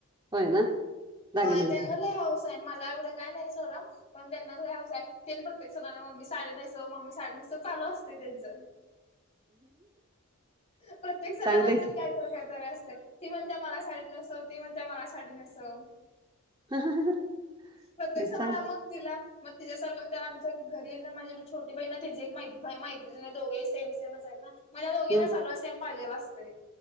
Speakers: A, on the right; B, on the left.
A: होय ना. दागिन्यांचं
B: होय, त्यांना लय हौस आहे, मला एवढं काय नाही सोडा. पण त्यांनाच लय हौस आहे, त्यांनी प्रत्येक सणाला मम्मी साडी नेसव मम्मी साडी नेसव चालू असतय त्यांच. प्रत्येक सणाला
A: चांगलंय
B: आमच्यात
A: की
B: काय खरं काहीतरी असते ती म्हणत्या, मला साडी नेसव ती म्हणत्या मला साडी नेसव.
A: <unintelligible>
B: प्रत्येक सणाला
A: सांग
B: मग तिला मग तिच्या सारखं त्या आमच्या घरी ना माझी छोटी बाहिण आहे ना, तिचीे एक मैत्री दोघेही सेम सेमचं आहेत ना. म त्या दोघींना
A: हम्म
B: सगळं सेम सेम पाहिजेल असतय.